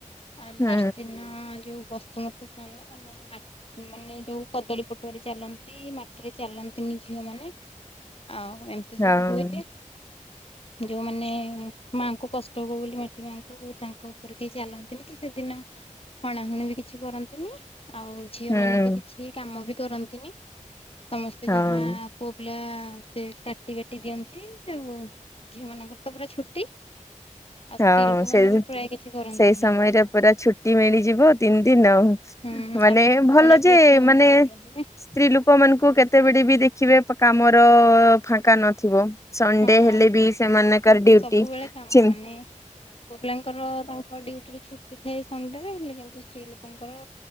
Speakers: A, on the left; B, on the left.
A: ଆଉ ଲାଷ୍ଟ
B: ହୁଁ
A: ଦିନ ଯୋଉ ବସୁମତି ସ୍ନାନ ମାନେ ମାନେ ଯୋଉ କଦଳୀ ପଟୁଆ ରେ ଚାଲନ୍ତି ମାଟିରେ ଚାଲନ୍ତିନି ଝିଅ ମାନେ। ଆଉ ଏମିତି
B: ହଁ।
A: ସବୁ ହୁଏ। ଯୋଉମାନେ ମାଆଙ୍କୁ କଷ୍ଟ ହବ ବୋଲି ମାଟି ମାଆଙ୍କୁ ତାଙ୍କ ଉପରେ କେହି ଚାଲନ୍ତି ନ୍ତିନି କି ସେଦିନ ହଣାହୁଣି ବି କିଛି କରନ୍ତିନି। ଆଉ ଝିଅ
B: ହୁଁ
A: ମାନେ ତ କିଛି କାମ ବି କରନ୍ତିନି ସମସ୍ତେ
B: ହଁ।
A: ଯାହା ପୁଅ ପିଲା ସେ କାଟି ବାଟି ଦିଅନ୍ତି। ଆଉ ଝିଅ ମାନଙ୍କର ତ ପୁରା ଛୁଟି ଆଉ
B: ହଁ
A: ସ୍ତ୍ରୀ ଲୋକ
B: ସେଇ
A: ମାନେ ବି ପ୍ରାୟ କିଛି କରନ୍ତିନି।
B: ସେଇ ସମୟରେ ପୁରା ଛୁଟି ମିଳିଯିବ ତିନି ଦିନ ଆଉ।
A: ହୁଁ
B: ମାନେ
A: ଆଉ ପିଠାପଣା
B: ଭଲ
A: ବି
B: ଯେ
A: ଏଠି ଆମର
B: ମାନେ
A: ଭଲ ହୁଏ
B: ସ୍ତ୍ରୀ ଲୋକ ମାନଙ୍କୁ କେତେବେଳେ ବି ଦେଖିବେ କାମର ଫାଙ୍କା ନଥିବ। ସଣ୍ଡେ
A: ହଁ
B: ହେଲେ ବି ସେମାନଙ୍କର ଡିଉଟି।
A: ସବୁବେଳେ କାମ
B: ଚି
A: ମାନେ ପୁଅ ପିଲାଙ୍କର ତାଙ୍କ ଡିଉଟିରୁ ଛୁ ଛୁଟି ଥାଏ ସଣ୍ଡେରେ। ହେଲେ କିନ୍ତୁ ସ୍ତ୍ରୀ ଲୋକଙ୍କର